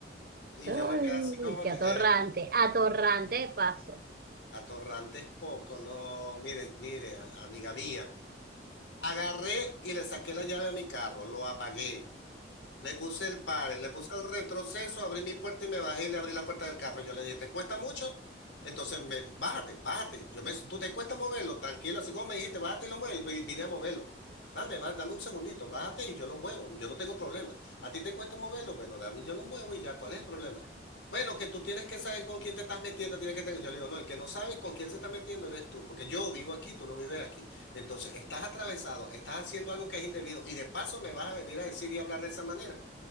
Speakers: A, on the left; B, on the right.
A: Y
B: Ay,
A: yo me quedé así como
B: qué
A: que,
B: atorrante,
A: eh,
B: atorrante de paso.
A: atorrante es poco, no, mire, mire, a- amiga mía. Agarré y le saqué la llave a mi carro, lo apagué. Le puse el pare, le puse el retroceso, abrí mi puerta y me bajé y le abrí la puerta del carro. Yo le dije, ¿te cuesta mucho? Entonces, me, bájate, bájate. Yo me, tú te cuesta moverlo, tranquilo, así como me dijiste, bájate y lo muevo. Yo vi- vine a moverlo. Dame, va, dame un segundito, bájate y yo lo muevo. Yo no tengo problema. ¿A ti te cuesta moverlo? Bueno, dame, y yo lo muevo y ya, ¿cuál es el problema? Bueno, que tú tienes que saber con quién te estás metiendo, tienes que tener. Yo le digo, no, el que no sabe con quién se está metiendo eres tú, porque yo vivo aquí, tú no vives aquí. Entonces, estás atravesado, estás haciendo algo que es indebido y de paso me vas a venir a decir y hablar de esa manera.